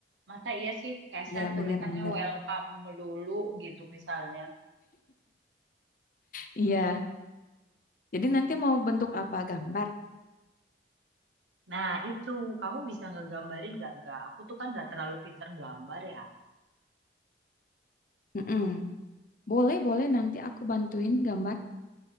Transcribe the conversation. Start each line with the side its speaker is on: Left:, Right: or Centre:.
Right: masa iya sih keset
Left: Iya
Right: tulisannya
Left: benar-benar.
Right: welcome melulu gitu misalnya.
Left: Iya. Jadi nanti mau bentuk apa gambar?
Right: Nah itu kamu bisa ngegambarin nggak gak? Aku tuh kan nggak terlalu pinter gambar ya.
Left: Mm-mm. Boleh, boleh nanti aku bantuin gambar.